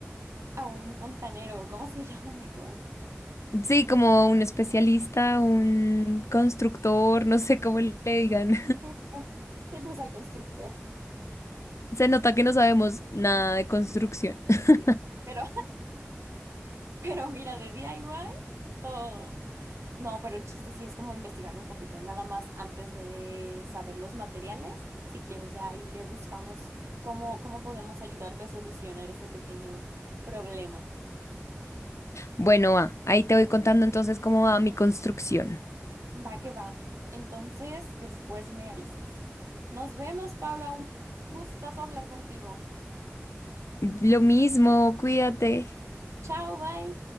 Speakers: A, on the right (about 70°); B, on the left (about 75°).
A: a un fontanero, ¿cómo se llaman esos?
B: Sí, como un especialista, un constructor, no sé cómo le digan.
A: <laughs> Justo. Sí, pues al constructor.
B: Se nota que no sabemos nada de construcción. <laughs>
A: Sí. Pero Pero mira, de DIY, todo. No, pero el chiste sí es como investigarle un poquito, nada más antes de saber los materiales. Si quieres, ya ahí le buscamos cómo, cómo podemos ayudarte a solucionar ese pequeño problema.
B: Bueno, va, ahí te voy contando entonces cómo va mi construcción.
A: Va que va. Entonces, después me avisas. Nos vemos, Paula. Un gustazo hablar contigo.
B: Lo mismo, cuídate.
A: Chao, bye.